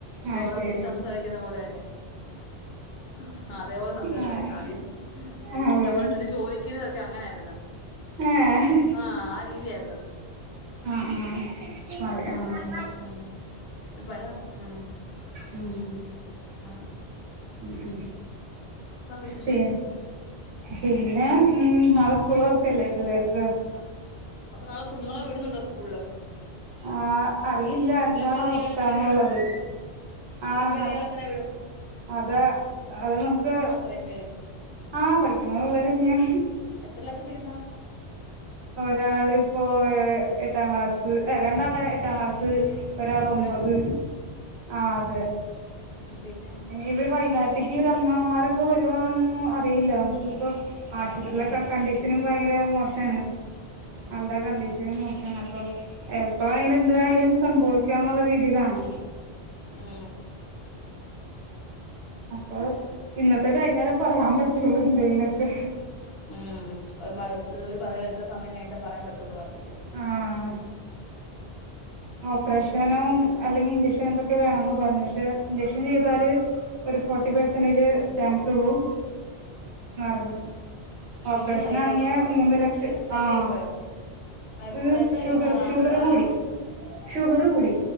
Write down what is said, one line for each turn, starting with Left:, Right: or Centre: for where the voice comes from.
Right: ആഹ്
Left: ഡോറ
Right: ശരി
Left: ബുജി സംസാരിക്കുന്ന പോലെ തന്നെ ആഹ് അതേപോലെ സംസാരയിരുന്നു
Right: ആഹ്
Left: ആദ്യം
Right: ആഹ് അതെ
Left: നമ്മൾ എന്തില്ലും ചോയിക്കുന്നതൊക്കെ അങ്ങനൊയിര്ന്ന്
Right: ഏഹ്
Left: ആഹ് ആഹ് രീതിയയിര്ന്ന്
Right: ആഹ് ആഹ് മറി ആഹ്
Left: ഉം ഭയങ്കര മ്മ്
Right: മ്മ്
Left: ആഹ്
Right: മ്മ് മ്മ്
Left: വിശേഷം
Right: പി പിന്നെ മ്മ് നാളെ സ്കൂൾ തോർക്കല്ലേ പിള്ളേർക്ക്
Left: അതാണ് അപ്പൊ നാളെ കുഞ്ഞുങ്ങളെ വിടുന്നുണ്ടോ സ്കൂൾല്
Right: ആഹ് അറിയില്ല എന്താണ്
Left: പേരെ
Right: അവസ്ഥന്നുള്ളത്
Left: ഇയാളെങ്ങനെ വിടും ഇത്രയും
Right: ആഹ്
Left: പേരെ
Right: നാം
Left: ഇയാളെങ്ങനെ വിടും
Right: അത അത് നമുക്ക്
Left: ഇത്രം പേരു
Right: ആഹ് പഠിക്കുന്ന പിള്ളേര് തന്നെയാ
Left: എത്രൊലെക്കെ പിടിക്കുന്ന
Right: ഒരാള് ഇപ്പോ എട്ടാം ക്ലാസ് രണ്ടാള്
Left: ഉം
Right: എട്ടാം ക്ലാസ്സ് ഒരാള്
Left: അപ്പൊ
Right: ഒമ്പത് ആഹ് അതെ
Left: മ്മ് മ്മ് പിന്നെ
Right: ഇവര് വൈന്നേരത്തേക്ക് ഇവര്ടെ അമ്മാവ്മാരൊക്കെ വരുവാന്നോ അറിയില്ല ഇപ്പോ ആശുത്രിലെക
Left: ഉം
Right: കണ്ടീഷനും ഭയങ്കര മോശണ്
Left: ഉം
Right: ആളുടെ കണ്ടീഷനും മോ പക്ഷെ അപ്പോ എപ്പ വേണങ്കിലും എന്ത് വേണങ്കിലും സംഭവിക്കംന്നുള്ള രീതിലാണ്
Left: മ്മ്
Right: അപ്പോ ഇന്നത്തെ കഴിഞ്ഞാലേ പറയാൻ പറ്റുള്ളൂ എന്തെങ്കിലെക്കെ
Left: മ്മ് <unintelligible> പറയല്ല എത്ര സമയം കഴിഞ്ഞട്ടാ പറയാൻ പറ്റൂന്ന് പറഞ്ഞട്ടില്ലേ
Right: ആഹ് ഓപ്പറേഷനും അല്ലെങ്കിൽ ഇഞ്ചെക്ഷൻ എന്തൊക്കെ വേണംന്ന് പറഞ്ഞ് പക്ഷെ ഇഞ്ചെക്ഷൻ ചെയ്താല്
Left: ഉം
Right: ഒരു ഫോർട്ടി
Left: ഉം
Right: പെർസെന്റേജ് ചാൻസ്ള്ളൂ പറഞ്ഞ് ഓപ്പറേഷനാണെക്കെ
Left: ബി പി ഹൈ ആയി പോയോ
Right: മൂന്ന് ലക്ഷം
Left: ബി പി ഹൈ
Right: ആഹ്
Left: ആയി പോയോ മരുന്ന്
Right: ഏഹ്
Left: മരുന്ന് കഴിക്കുന്ന
Right: ഷുഗറ്
Left: ആളാണോ
Right: ഷുഗർ
Left: അതോ
Right: കൂടി ഷുഗർ കൂടി